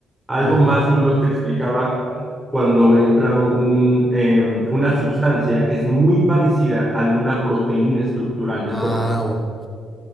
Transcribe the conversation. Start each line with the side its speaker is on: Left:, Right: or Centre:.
Centre: Algo
Left: ujú.
Centre: más o menos te explicaba cuando entra un, eh, una sustancia que es muy parecida a alguna proteína estructural del
Left: Ah,
Centre: cuerpo.
Left: ok.